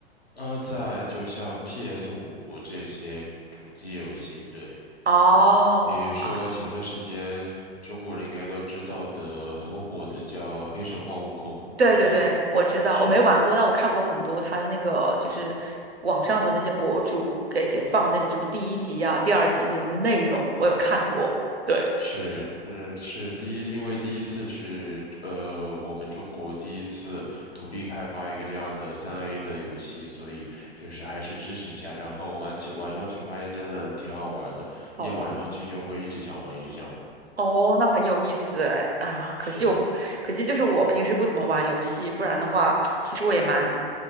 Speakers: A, on the left; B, on the right.
A: 呃，在就像 p s 五这些主机游戏，对。
B: 哦啊，
A: 比如说前段时间中国人应该都知道的很火的叫黑神话悟空之类的，
B: 对对对，我知道，
A: 是
B: 我没玩过，但我看过很多他的那个，就是网上的那些博主给给放那种什么第一集啊、第二集那种内容，我有看过。对。
A: 是嗯是第一，因为第一次是呃我们中国第一次独立开发一个这样的三 A 的游戏，所以就是还是支持一下。然后玩起玩上去发现真的挺好玩的，
B: 好玩哦。
A: 一玩上去就会一直想玩，一直想玩。
B: 哦那很有意思哎啊！可惜我不可惜就是我平时不怎么玩游戏，
A: 是，
B: 不然的话，其实我也蛮